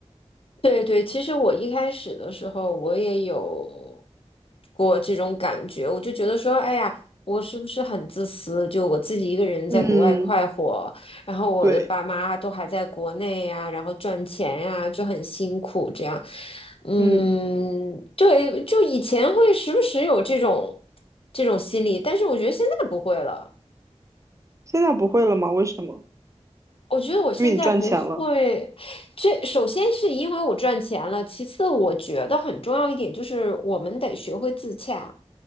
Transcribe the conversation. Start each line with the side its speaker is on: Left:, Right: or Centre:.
Left: 对对，其实我一开始的时候，我也有过这种感觉，我就觉得说，哎呀，我是不是很自私？就我自己一个人在国外快活，
Right: 嗯，
Left: 然后我的爸妈都还在国内呀，
Right: 对，
Left: 然后赚钱呀，就很辛苦这样。嗯，
Right: 嗯。
Left: 对，就以前会时不时有这种这种心理，但是我觉得现在不会了。
Right: 现在不会了吗？为什么？
Left: 我觉得我现在不会，
Right: 因为你赚钱了。
Left: 这首先是因为我赚钱了，其次我觉得很重要一点就是我们得学会自洽。